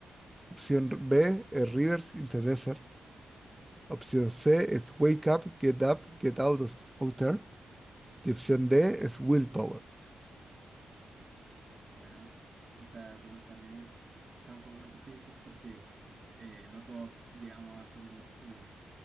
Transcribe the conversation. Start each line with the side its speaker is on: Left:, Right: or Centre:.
Centre: Opción B es Rivers in the Desert. Opción C es Wake Up, Get Up, Get Out of Outer. Y opción D es Willpower.
Right: Bueno, esta pregunta también es quizá un poco más difícil porque eh, no todos llegamos a ser los eh,